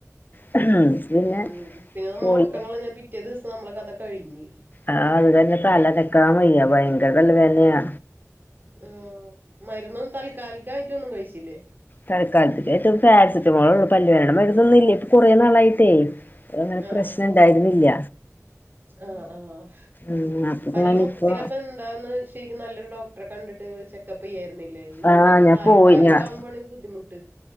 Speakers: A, on the left; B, on the right.
A: പിന്നെ
B: മ്മ് പിന്നെ നമ്മ
A: പോയി
B: ഒറക്കം കളഞ്ഞാ പിറ്റേ ദിവസം നമ്മള ക അ കഴിഞ്ഞ്
A: ആ അത് തന്നെ തലനക്കാൻ വയ്യാ ഭയങ്കര തലവേദനയാ
B: ആ മരുന്നും താൽക്കാലികായിട്ടൊന്ന് കഴി ഇലെ
A: തൽക്കാലത്തില് ഏറ്റ പാരസിറ്റമോൾ ഒള്ളൂ പല്ലുവേദനയുടെ മരുന്നൊന്നുല്ലേ ഇപ്പൊ കുറേ നാളായിട്ടേ അങ്ങനെ
B: ആഹ്
A: പ്രശ്നം ഉണ്ടായിരുന്നില്ല
B: ആഹ് ആഹ്
A: ഉം അപ്പൊ
B: പല്ല്
A: ഞാനിപ്പോ
B: മൊത്തത്തിലപ്പ എന്താന്ന് ശരിക്കും നല്ലൊരു ഡോക് ട്രെ കണ്ടി്ട്ട് ചെക്കപ്പെയ്യാര്ന്നേ ല്ല ഇനി
A: ആഹ്
B: ഇ
A: ഞാൻ
B: താൽക്കാലിക
A: പോയി ഞാൻ
B: ആവുമ്പോാണ് ബുദ്ധിമുട്ട്